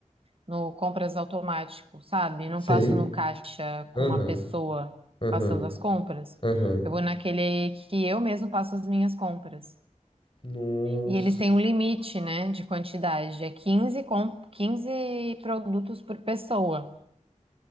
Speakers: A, on the right (about 45°); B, on the left (about 40°).
A: no compras automático, sabe? Não
B: Sei.
A: passo no caixa com
B: Aham,
A: uma pessoa
B: aham,
A: passando as compras.
B: aham.
A: Eu vou naquele que eu mesmo passo as minhas compras.
B: Nossa.
A: E eles têm um limite, né, de quantidade. É quinze com, 15 produtos por pessoa.